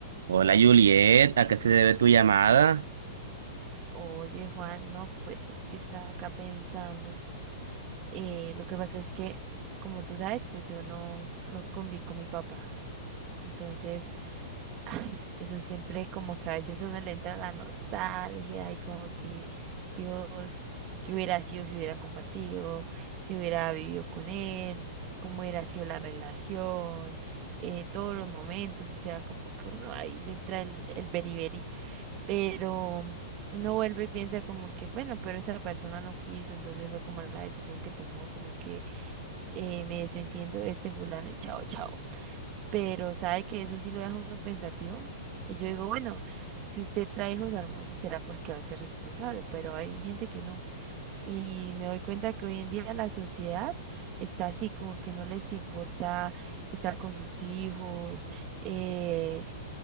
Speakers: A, on the right; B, on the right.
A: Hola Juliet, ¿a qué se debe tu llamada?
B: Oye, Juan, no, pues es que estaba acá pensando. Eh, lo que pasa es que, como tú sabes, pues yo no, no conví con mi papá. Entonces, <laughs> eso siempre como que a veces uno le entra la nostalgia y como que, Dios, qué hubiera sido si hubiera compartido, si hubiera vivido con él, cómo hubiera sido la relación, eh, todos los momentos, o sea, como que uno ahí le entra el, el beriberi pero uno vuelve y piensa como que, bueno, pero esa persona no quiso, entonces fue como la decisión que tomó, como que eh, me desentiendo de este fulano y chao, chao. Pero sabe que eso sí lo deja uno pensativo. Y yo digo, bueno, si usted trae hijos al mundo será porque va a ser responsable, pero hay gente que no. Y me doy cuenta que hoy en día la sociedad está así, como que no les importa estar con sus hijos, eh,